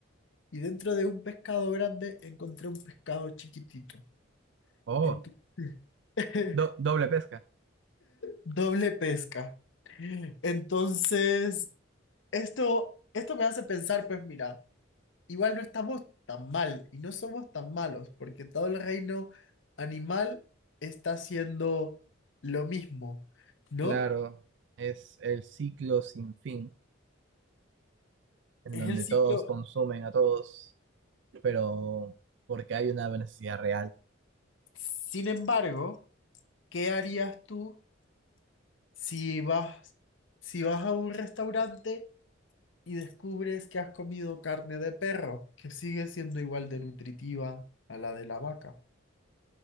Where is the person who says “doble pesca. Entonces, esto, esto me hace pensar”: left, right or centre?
Left